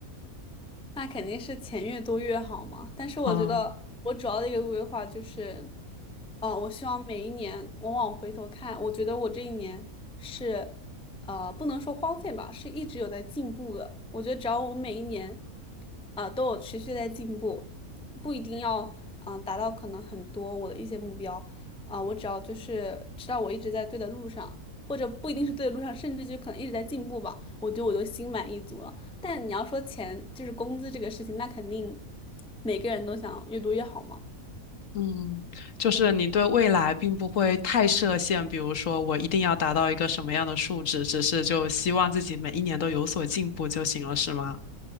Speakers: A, in the centre; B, on the left.
A: 那肯定是钱越多越好嘛。但是我觉得我主要的一个规划就是，
B: 嗯
A: 呃，我希望每一年我往回头看，我觉得我这一年是，呃，不能说荒废吧，是一直有在进步的。我觉得只要我每一年，啊，都有持续在进步，不一定要，嗯、达到可能很多我的一些目标，啊、我只要就是知道我一直在对的路上，或者不一定是对的路上，甚至就可能一直在进步吧，我觉得我就心满意足了。但你要说钱，就是工资这个事情，那肯定每个人都想越多越好嘛。
B: 嗯，就是你对未来并不会太设限，比如说我一定要达到一个什么样的数值，只是就希望自己每一年都有所进步就行了，是吗？